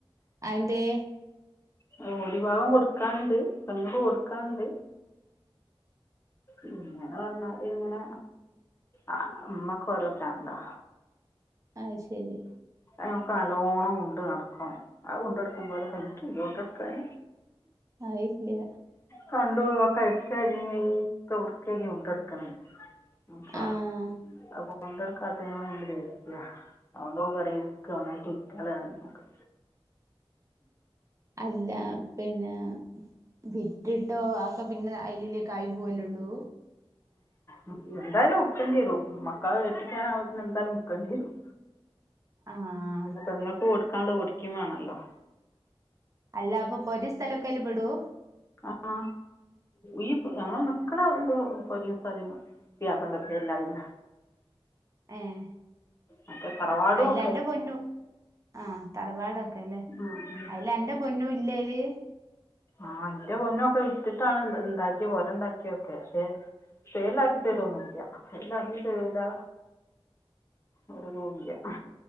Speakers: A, on the right (about 35°); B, on the left (about 25°).
A: അതെന്തേ
B: അത് ഓരി ഭാഗം കൊടുക്കാണ്ട് പെങ്ങൾക്ക് കൊടുക്കാണ്ട് ഇങ്ങനെ പറഞ്ഞാല് ഇങ്ങനെ അ ഇമ്മക്ക് ഓരോ ഭ്രാന്താ
A: ആയ് ശരി
B: അതിനൊക്കെ നല്ലോണം കൊണ്ട് നടക്കും അത് കൊണ്ടടുക്കും പോലൊക്കെ ഇൻക്ക് കയ്യോ കൊണ്ടട്ക്കാൻ
A: അത് ഇല്ല്യ
B: കണ്ടം മുഴുവൻ ഒക്കെ അടിച്ചുവാരി വൃത്തിയാക്കി കൊണ്ടെടുക്കണം അപ്പ
A: ആഹ്
B: അത് കൊണ്ടട്ക്കാത്തതിന് വാണെങ്കിലെ ദേശ്യാ അതോണ്ടത് പറിം ക്കാ ഒന്നായിട്ട് വിറ്റ് കളയാന്നൊക്കെ
A: അല്ല പിന്നെ വിറ്റിട്ടോ അതൊക്കെ പിന്നെ അയിലുള്ളിക്ക് ആയി പോവല്ലേയുള്ളൂ
B: ഉം എന്തായാലും വിക്കേണ്ടി വെരും മക്കളെ കെട്ടിക്കാനാവുമ്പോത്തിനും എന്തായാലും വിക്കേണ്ടി വരും
A: ആഹ്
B: പെങ്ങൾക്ക് കൊടുക്കാനുള്ളെ കൊടുക്കേം വേണല്ലോ
A: അല്ല അപ്പൊ പൊരിം സ്ഥലമൊക്കെ അയിൽ പെടും
B: ആ ഈ നമ്മൾ നിക്കണ എന്തോ പൊരിം സ്ഥലും പുയ്യാപ്പളന്റെ പേരിലായിന്
A: ഏഹ്
B: മറ്റേ തറവാടുവൊക്കെ
A: അയില് അന്റെ പൊന്നു ആഹ് തറവാടൊക്കെ അല്ലെ
B: ഉം ഉം
A: അതിൽ അന്റെ പൊന്നും ഇല്ലേ അയില്
B: ആഹ് അന്റെ പൊന്നും ഒക്കെ വിറ്റിട്ടാണ് ഇണ്ടാക്കി പൊരണ്ടാക്കിയൊക്കെ പക്ഷെ പേരിലാക്കി തരോന്നൂല്ല പേരിലാക്കി തരൂല ഒര്തൂല്ല്യ